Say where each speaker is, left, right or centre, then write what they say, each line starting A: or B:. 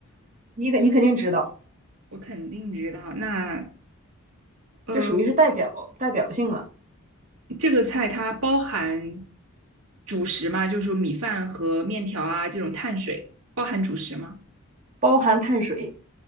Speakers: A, on the right; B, on the right.
A: 你肯你肯定知道，
B: <laughs> 我肯定知道。那呃，
A: 就属于是代表代表性了，
B: 这个菜它包含主食吗？就是说米饭和面条啊这种碳水，包含主食吗？
A: 包含碳水，